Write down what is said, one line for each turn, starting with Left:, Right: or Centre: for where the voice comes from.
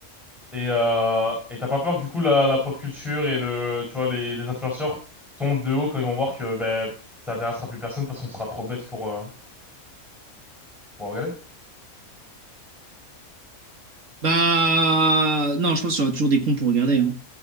Centre: Et euh, et t'as pas peur que du coup la, la pop culture et le tu vois les, les influenceurs tombent de haut quand ils vont voir que ben ça intéressera plus personne parce qu'on sera trop bête pour euh, pour regarder.
Right: Bah, non, je pense qu'il y aura toujours des cons pour regarder. hein.